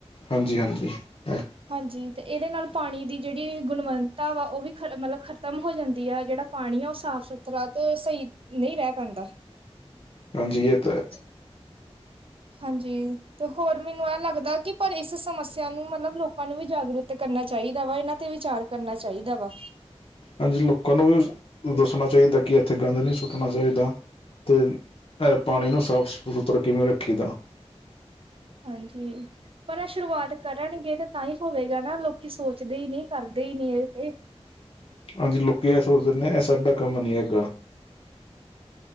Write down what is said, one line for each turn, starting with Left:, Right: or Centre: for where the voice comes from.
Left: ਹਾਂਜੀ ਹਾਂਜੀ। ਇਹ-
Right: ਹਾਂਜੀ ਤੇ ਇਹਦੇ ਨਾਲ ਪਾਣੀ ਦੀ ਜਿਹੜੀ ਗੁਣਵੱਤਾ ਵਾ ਉਹ ਵੀ ਖ਼ਤਮ ਮਤਲਬ ਖ਼ਤਮ ਹੋ ਜਾਂਦੀ ਆ ਜਿਹੜਾ ਪਾਣੀ ਆ ਉਸ। ਸਾਫ਼ ਸੁਥਰਾ ਤੇ ਸਹੀ ਨਹੀਂ ਰਹਿ ਪੈਂਦਾ।
Left: ਹਾਂਜੀ ਏ ਤਾਂ ਹੈ।
Right: ਹਾਂਜੀ ਤੇ ਹੋਰ ਮੈਨੂੰ ਇਹ ਲੱਗਦਾ ਕਿ ਪਰ ਇਸ ਸਮੱਸਿਆ ਨੂੰ ਮਤਲਬ ਲੋਕਾਂ ਨੂੰ ਵੀ ਜਾਗਰੂਤ ਕਰਨਾ ਚਾਹੀਦਾ ਵਾ ਇਹਨਾਂ ਤੇ ਵਿਚਾਰ ਕਰਨਾ ਚਾਹੀਦਾ ਵਾ।
Left: ਹਾਂਜੀ ਲੋਕਾਂ ਨੂੰ ਵੀ ਦੱਸਣਾ ਚਾਹੀਦਾ ਕਿ ਇੱਥੇ ਗੰਦ ਨਹੀਂ ਸੁੱਟਣਾ ਚਾਹੀਦਾ। ਅਤੇ ਪਾਣੀ ਨੂੰ ਸਾਫ ਸੁਥਰਾ ਕਿਵੇਂ ਰੱਖੀ ਦਾ।
Right: ਹਾਂਜੀ। ਪਰ ਐ ਸ਼ੁਰੂਆਤ ਕਰਨਗੇ ਤੇ ਤਾਂ ਹੀ ਹੋਵੇਗਾ ਨਾ ਲੋਕੀ ਸੋਚਦੇ ਹੀ ਨਹੀਂ ਕਰਦੇ ਹੀ ਨੀ ਇਹਦੇ ਤੇ।
Left: ਹਾਂਜੀ ਲੋਕੀ ਆ ਸੋਚ ਦੇਦੇ ਇਹ ਸਾਡਾ ਕੰਮ ਨੀ ਹੈਗਾ।